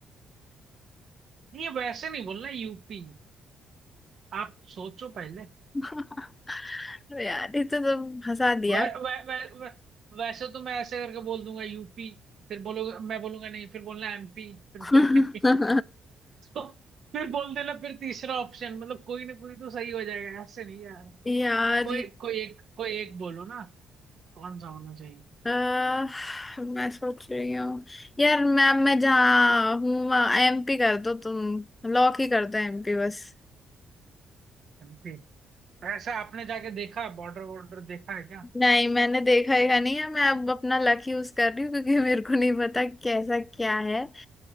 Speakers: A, on the right; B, on the left.
A: नहीं वैसे नहीं बोलना यूपी आप सोचो पहले
B: <laughs> अरे यार ये तो तुम हंसा दिया
A: वै, वै, वै, वै, वैसे तो मैं ऐसे करके बोल दूंगा यूपी फिर बोलोगे मैं बोलूंगा नहीं फिर बोलना एमपी फिर
B: <laughs>
A: बोलना तो फिर बोल देना फिर तीसरा ऑप्शन मतलब कोई ना कोई तो सही हो जाएगा ऐसे नहीं यार
B: यार
A: कोई
B: ये-
A: कोई एक कोई एक बोलो ना कौन सा होना चाहिए
B: अ, मैं सोच रही हूँ यार मैम मैं जहाँ हूँ वहाँ एमपी कर दो तुम लॉक ही कर दो एमपी बस
A: एमपी तो ऐसा आपने जाके देखा बॉर्डर वॉर्डर देखा है क्या
B: नहीं मैंने देखा ही नहीं है मैं अब अपना लक यूज कर रही हूँ क्योंकि मेरे को नहीं पता कैसा क्या है